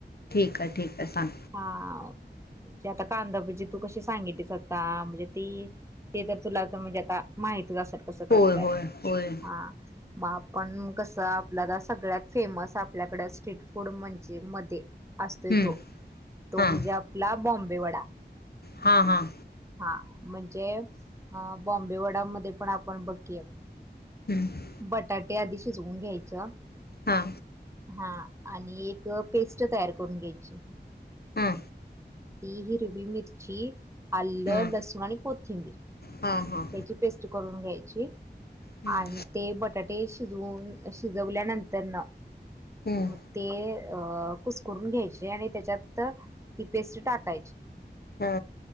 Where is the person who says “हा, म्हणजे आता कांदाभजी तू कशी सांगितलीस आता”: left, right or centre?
Right